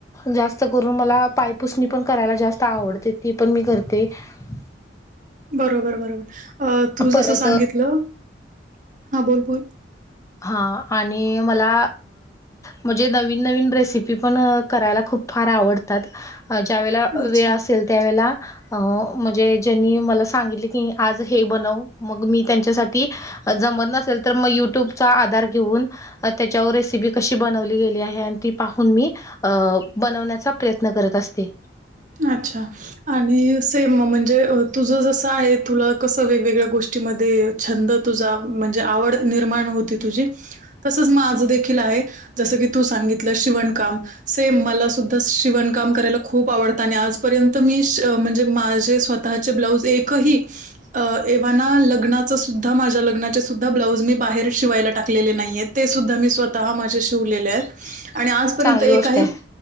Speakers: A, on the left; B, on the right.
A: जास्त करून मला पायपुसणी पण करायला जास्त आवडते ती पण मी करते <unintelligible>
B: बरोबर-बरोबर तू
A: परत
B: जसं सांगितलं हा बोल-बोल
A: हा आणि मला म्हणजे नवीन-नवीन रेसिपी पण करायला खूप फार आवडतात ज्यावेेळेला
B: अच्छा.
A: वेळ असेल त्यावेेळेला अ म्हणजे ज्यांनी मला सांगितले की आज हे बनव मग मी त्यांच्यासाठी जमत नसेल तर मग युट्यूब चा आधार घेऊन त्याच्यावर रेसिपी कशी बनवली गेली आहे आणि ती पाहून मी बनवण्याचा प्रयत्न करत असते.
B: अच्छा आणि सेम म्हणजे तुझं जसं आहे तुला कसं वेगवेगळ्या गोष्टी <unintelligible> मध्ये छंद तुझा म्हणजे आवड निर्माण होती तुझी तसंच माझं देखील आहे जसं की तू सांगितलं शिवणकाम सेम मला सुद्धा शिवणकाम करायला खूप आवडत आणि आजपर्यंत मी म्हणजे माझे स्वतःचे ब्लाऊज एकही एव्हाना लग्नाचंसुद्धा माझ्या लग्नाचे सुुद्धा ब्लाऊज मी बाहेर शिवायला टाकलेले नाहीत ते सुद्धा मी स्वतः माझ्या शिवलेले आहेत.
A: <unintelligible>
B: आणि आजपर्यंत
A: चांगली
B: एकही
A: गोष्ट आहे